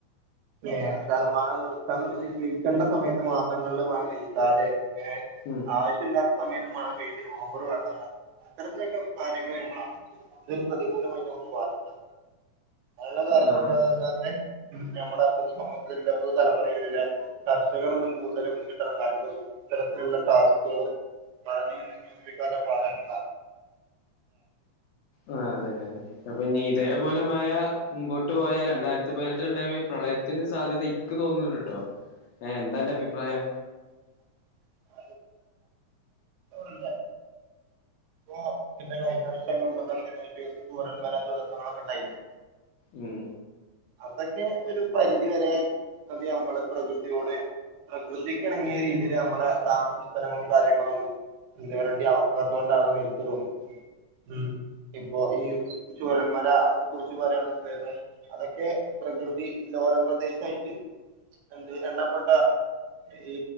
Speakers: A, on the right; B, on the left.
A: ഏ അത മഴ നൃത്തങ്ങ നീക്കേണ്ട സമയത്ത് മാസങ്ങളില് മഴ നീക്കാതെ ഏ
B: ഉം
A: ആവശ്യമില്ലാത്ത സമയത്ത് മഴ പെയ്ത് ഓവറ് വെള്ളം അത്തരത്തിലൊക്കെ <unintelligible> വരുമ്പോ ഇതു ഒരു പ്രതികൂലമായിട്ടാ ബാധിക്കാ. അ കാര്യൾ
B: ആഹ്
A: ഉണ്ട എ തന്നെ നമ്മുടെ പൊതു സമൂഹത്തിൽ പൊതു തലമുറയിലളെ കർഷകർന്നും കൂടുതല മുൻകിട്ട് ഇറങ്ങാട്ടില്ല ഇത്തരത്തിലുള്ള ടാസ്കുകളും മാ <unintelligible> ഇല്ലേ.
B: ആ അതന്നെ അതന്നെ അപ്പൊ ഇനി ഇതേപോലെ മഴ മുമ്പോട്ട് പോയ രണ്ടായിരത്തി പതിനെട്ടിൽണ്ടായ പ്രളയ പ്രളയത്തിന് സാധ്യത ഇക്ക് തോന്നണ്ട് കേട്ടോ ഏ എന്താന്റെ അഭിപ്രായം.
A: <inaudible> ഇല്ലേ. പ്പ പിന്റെ കഴിഞ്ഞ വർഷംന് മൻമ്പത് വർഷംട്ട ചൂരൽമല ദുരന്തങ്ങളൊക്കെ ഉണ്ടായില്ലേ
B: ഉം.
A: അതൊക്കെ ഒരു പരിധി വരെ അതി നമ്മള് പ്രകൃതിയോട്. പ്രകൃതിക്ക് ഇണങ്ങിയ രീതിയില് നമ്മളെ താമസ സ്ഥലങ്ങളും കാര്യങ്ങളൊന്നും എന്ത <unintelligible> കൊണ്ടാണെന്ന് എനിക്ക് തോന്നുന്നു. ഇപ്പൊ ഈ ചൂരന്മല കുറിച്ച് പറയാണെങ്കിൽ അതൊക്കെ പ്രകൃതി ലോലപ്രദേശമായിട്ട് എന്ത് എണ്ണപ്പെട്ട ഈ